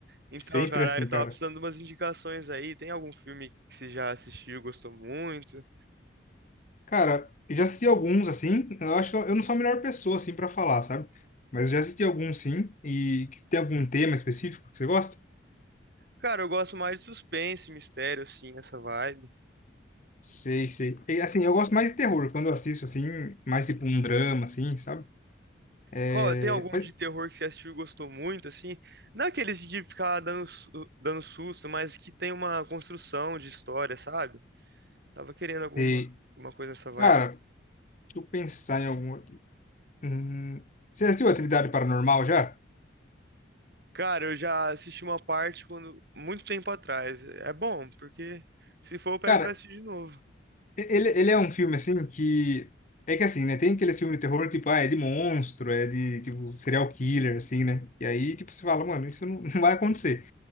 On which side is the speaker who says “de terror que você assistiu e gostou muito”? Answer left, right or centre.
Right